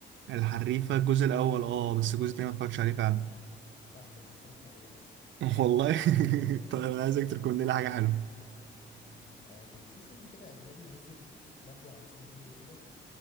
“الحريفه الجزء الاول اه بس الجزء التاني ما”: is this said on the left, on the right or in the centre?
Right